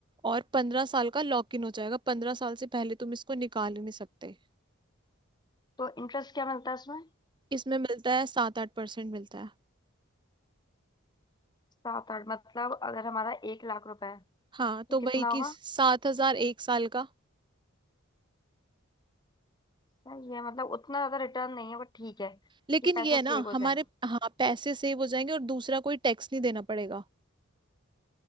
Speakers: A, on the right (about 20°); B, on the left (about 20°).
A: और पंद्रह साल का लॉक इन हो जाएगा पंद्रह साल से पहले तुम इसको निकाल ही नहीं सकते
B: तो इंटरेस्ट क्या मिलता है इसमें
A: इसमें मिलता है सात आठ परसेंट मिलता है
B: सात आठ मतलब अगर हमारा एक लाख रुपए है
A: हाँ
B: तो
A: तो
B: कितना
A: वही
B: होगा
A: कि सात हजार एक साल का
B: सही है मतलब उतना ज्यादा रिटर्न नहीं है बट ठीक है
A: लेकिन
B: ये पैसा
A: ये है ना
B: सेव हो
A: हमारे
B: जाएगा
A: हाँ पैसे सेव हो जाएंगे और दूसरा कोई टैक्स नहीं देना पड़ेगा